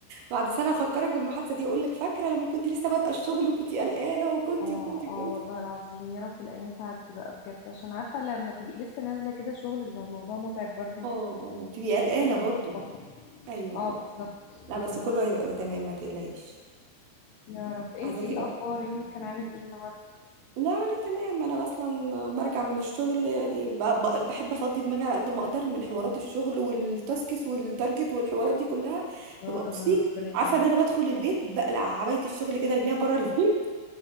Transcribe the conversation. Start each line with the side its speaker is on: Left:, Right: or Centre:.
Right: بعد سنه هفكرك بالمحادثه دي اقول لك فاكره لما كنت لسه بادئه الشغل وكنتي قلقانه وكنتي
Left: اه
Right: وكنتي
Left: اه
Right: وكنتي
Left: والله العظيم يا رب الايام تعدي بقى بجد عشان عارفه لما تبقي لسه نازله كده شغل بيبقى الموضوع متعب برضو
Right: اه اه تبقي
Left: بتبقي
Right: قلقانه
Left: لسه
Right: برضو
Left: ملخبطه
Right: ايوه
Left: اه
Right: ايوه
Left: بالظبط بالظبط
Right: لا بس كله هيبقى تمام ما تقلقيش
Left: يا رب انتي
Right: عايزاكي
Left: ايه الاخبار
Right: بقى
Left: يومك كان عامل ايه النهارده
Right: لا انا تمام انا اصلا برجع من الشغل يعني ب- ب- بحب افضي دماغي على قد ما اقدر من حوارات الشغل والتاسكس والتارجت والحوارات دي كلها
Left: اه
Right: ببقى
Left: طبعا
Right: بصي
Left: ربنا يقويكي
Right: عارفه ان انا بدخل البيت بقلع عبايه الشغل كده ارميها بره البيت